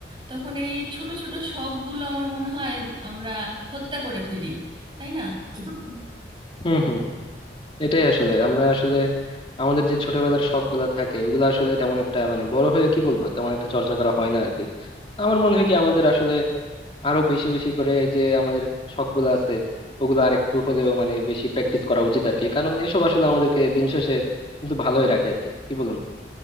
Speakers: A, on the right; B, on the left.
A: তখন এই ছোট ছোট শখগুলো আমার মনে হয় আমরা হত্যা করে ফেলি তাই না <laughs>
B: হুম হুম। এটাই আসলে আমরা আসলে আমাদের যে ছোটবেলার শখ গুলা থাকে ওগুলা আসলে তেমন একটা মানে বড় হয়ে কি বলবো তেমন একটা চর্চা করা হয় না আর কি আমার মনে হয় কি আমাদের আসলে আরো বেশি বেশি করে যে আমাদের শখ গুলো আছে ওগুলো আর একটু হলেও মানে বেশি প্র্যাকটিস করা উচিত আর কি কারণ এসব আসলে আমাদেরকে দিন শেষে কিন্তু ভালোই রাখে আর কি কি বলুন